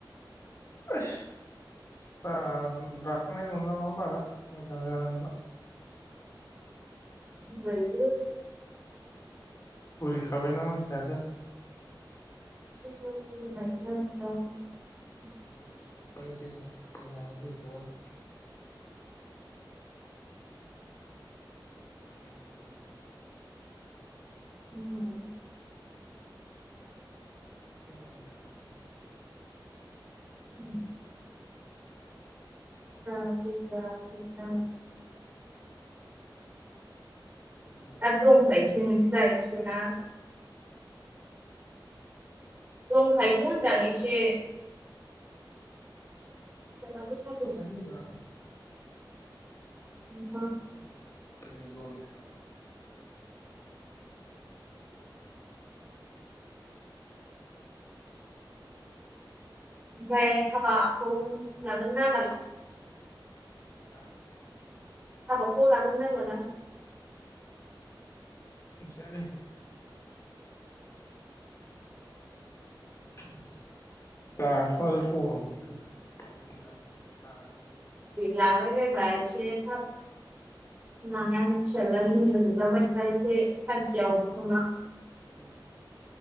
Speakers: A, on the left; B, on the right.
A: <inaudible> <inaudible>
B: ब <inaudible>
A: बुरिखाबायना मानसियाथ'।
B: <inaudible>
A: <inaudible> <inaudible>
B: <inaudible>
A: <inaudible>
B: उम। <inaudible>
A: केम'
B: <inaudible>
A: केम' ह
B: दंखायोसो होनदां एसे सोरबा फैसा
A: दंखायोब्रा
B: <unintelligible>
A: माहाय दंखानो लनसो लादो
B: बाय हाब
A: मानसिनाव
B: फ
A: नागिरला
B: लागोन ना लाला
A: हा
B: हाबाखौ लागोन ना लाला?
A: सानो <inaudible> दाथ' आरो गरम बोथोर दाल मैला मोन लानो-
B: लााबायबाय एसे थाब फिसाज्लानि हिनजाव नुलांबाय्रा एसे खानथि <unintelligible>
A: उ